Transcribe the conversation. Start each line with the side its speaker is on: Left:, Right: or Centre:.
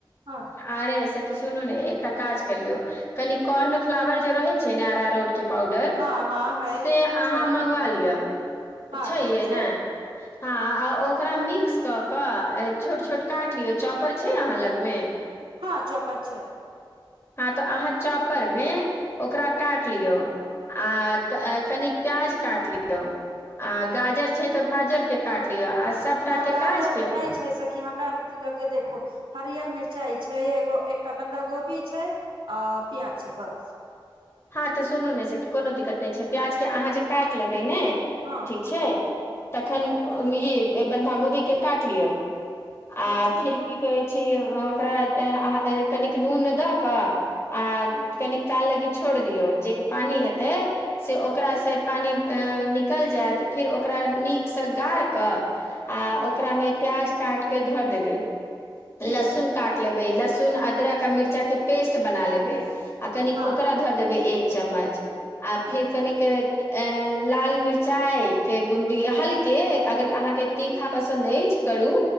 Right: हँ
Left: आरे सखी सुनू ने एकटा काज करियौ कनि कॉर्न फ्लावर जो रहै छै ने आरारोट के पाउडर
Right: हँ हँ है
Left: से अहाँ
Right: छै हमरा
Left: मंगवा
Right: आर घरमे
Left: लिअ
Right: हँ
Left: छै
Right: ठीक
Left: ये ने हाँ ओकरा मिक्स कऽ कऽ छोट छोट काट लियौ चॉपर छै अहाँ लगमे
Right: हाँ चौपर छै
Left: हाँ तऽ अहाँ चॉपरमे ओकरा काट लियो आ कनि प्याज काट लियो आ गाजर छै तऽ गाजर के काट लिअ आ सभटा
Right: ना
Left: के
Right: गाजर
Left: काज के
Right: तऽ नहि छै सखी कि हमरा लगे देखु हरियर मिरचाई छै एगो एकटा बन्धा गोभी छै अ प्याज छै बस
Left: हाँ तऽ सुनू ने कोनो दिक्कत नहि छै प्याजके अहाँ जे काटि लेबै ने
Right: हाँ
Left: ठीक छै तखन ई बन्धा गोभीके काट लिअ
Right: ठीक
Left: आ
Right: छै
Left: फेर की कहैत छी ओकरा कनिक नून दऽ कऽ आ
Right: ह
Left: कनि काल लागी छोड़ दियऔ जे पानी हेतै से
Right: ह
Left: ओकरा
Right: ह
Left: से पानि ऐं-निकल जायत फिर ओकरा
Right: ह
Left: नीकसँ गड़ कऽ आ
Right: ह
Left: ओकरामे प्याज काटके धरि देब
Right: ठीक
Left: लसुन
Right: छै
Left: काट लेबै लहसुन अदरक आ मिर्चाके पेस्ट बना लेबै आ कनी
Right: हँ
Left: ओकरा धर देबै एक चम्मच आ
Right: ठीक
Left: फिर
Right: छै
Left: कनिक ऐं-लाल मिर्चाई के गुंडी हल्क के
Right: ह
Left: अगर अहाँके
Right: ह
Left: तीखा पसन्द अछि करू